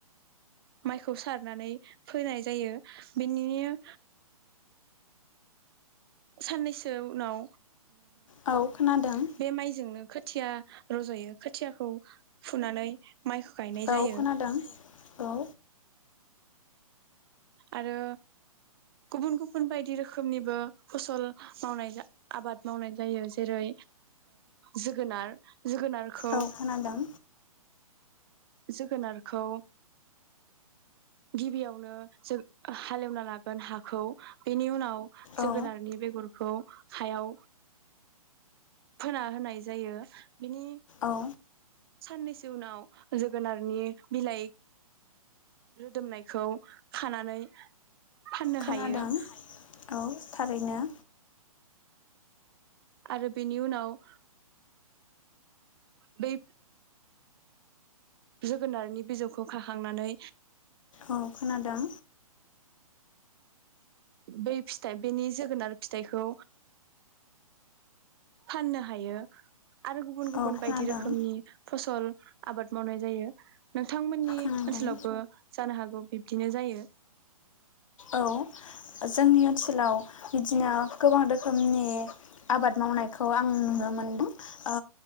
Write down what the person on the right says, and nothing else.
माइखौ सारनानै फोनाय जायो बिनिनो साननैसो उनाव
बे माइजोंनो खो खोथिया रज'यो खोथियाखौ फुनानै माइखौ गायनाय
जायो
आरो गुबुन गुबुन बायदि रोखोमनिबो फसल मावनाय आबाद मावनाय जायो जेरै जोगोनार जोगोनारखौ
जोगोनारखौ गिबियावनो जों हालेवना लागोन हाखौ बेनि उनाव जोगोनारनि
बेगरखौ हायाव फोना होनाय जायो। बेनि
साननैसो नि उनाव जोगोनारनि बिलाइ रोदोमनायखौ खानानै फाननो
हायो।
आरो बेनि उनाव बै जोगोनारनि बिजौखौ खाखांनानै
बै फिथाइ बेनि जोगोनार फिथाइखौ फाननो हायो। आरो गुबुन गुबुन
बायदि रोखोमनि फसल आबाद मावनाय जायो नोंथांमोननि
ओनसोलावबो जानो हागौ बिब्दिनो जायो।